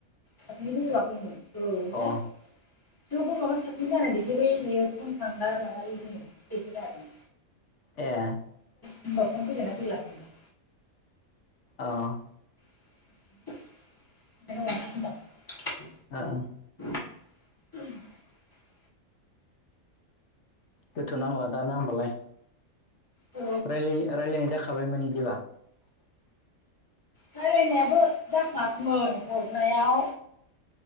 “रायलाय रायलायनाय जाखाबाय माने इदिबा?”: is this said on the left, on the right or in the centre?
Left